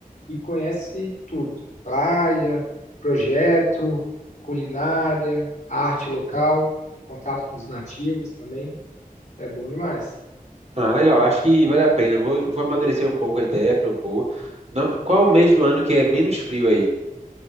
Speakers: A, on the left; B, on the right.
A: e conhece tudo: praia, projeto, culinária, arte local, contato com os nativos também. É bom demais.
B: Ah, legal. Acho que vale a pena. Vou, vou amadurecer um pouco a ideia, propor. Não, qual é o mês do ano que é menos frio aí?